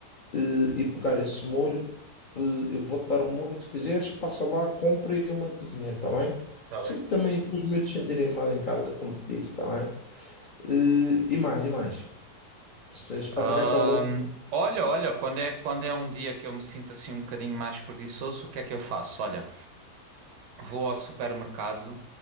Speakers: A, on the left (about 75°); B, on the right (about 85°).
A: eh, e pegar esse molho, eh, eu vou-te dar um molho. Se quiseres, passa lá, compra e eu mando-te o dinheiro, está bem?
B: Está
A: Sim,
B: bem.
A: também para os meus sentirem mais em casa, como te disse, está bem? Eh, e mais, e mais. Se a espargata
B: Ahm,
A: à bolonhesa.
B: olha, olha, quando é, quando é um dia que eu me sinto assim um bocadinho mais preguiçoso, o que é que eu faço? Olha. Vou ao supermercado,